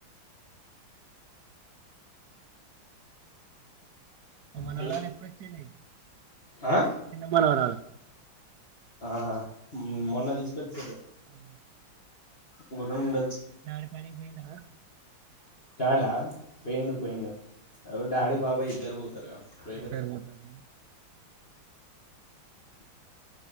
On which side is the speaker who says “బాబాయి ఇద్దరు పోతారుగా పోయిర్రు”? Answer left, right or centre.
Left